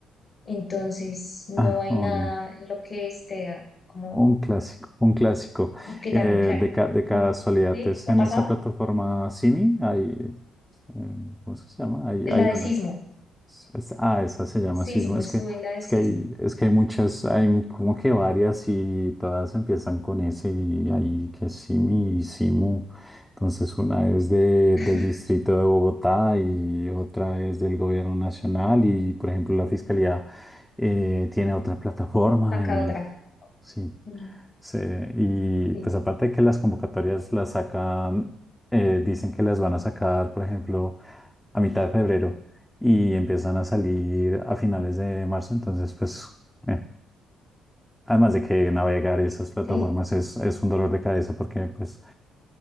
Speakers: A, on the left (about 55°); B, in the centre.
A: Entonces, no
B: Ah,
A: hay
B: ah, un-
A: nada en lo que esté como,
B: Un clásico, un clásico.
A: y que
B: Eh,
A: también, claro,
B: de, ca- de casualidad,
A: mm, ¿sí?
B: es
A: ¿Te
B: en
A: ha pasado?
B: esa plataforma Simi, hay, eh, ¿cómo es que se llama? Hay,
A: La
B: hay
A: de
B: unas.
A: sismo,
B: Es- es- ah, esa se llama
A: sismo,
B: Sismo. Es
A: estuve
B: que,
A: en la de
B: es
A: sismo,
B: que hay, es que hay muchas, hay como que varias y todas empiezan con ese y hay que Simi y Simu. Entonces una es de,
A: <laughs>
B: del distrito de Bogotá y otra es del gobierno nacional y por ejemplo la fiscalía eh, tiene otra plataforma
A: acá
B: y
A: otra.
B: sí.
A: Mm,
B: Sí, y
A: Sí,
B: pues aparte de que las convocatorias las sacan, eh, dicen que las van a sacar, por ejemplo, a mitad de febrero y empiezan a salir a finales de marzo, entonces pues, eh, además de que navegar esas plataformas
A: sí,
B: es, es un dolor de cabeza porque pues